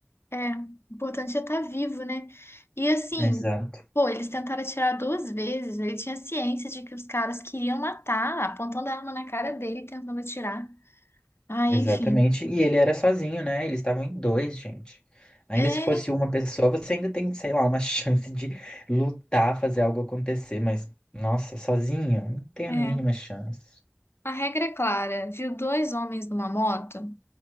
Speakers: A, on the left; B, on the left.
A: É, o importante é estar vivo, né? E assim,
B: Exato.
A: pô, eles tentaram atirar duas vezes. Ele tinha ciência de que os caras queriam matar, apontando a arma na cara dele, e tentando atirar. Aí,
B: Exatamente.
A: enfim.
B: E ele era sozinho, né? Eles estavam em dois, gente. Ainda
A: É,
B: se fosse uma pessoa, você ainda tem, sei lá, uma <laughs> chance de lutar, fazer algo acontecer, mas, nossa, sozinho, não tem
A: é.
B: a mínima chance.
A: A regra é clara. Viu dois homens numa moto?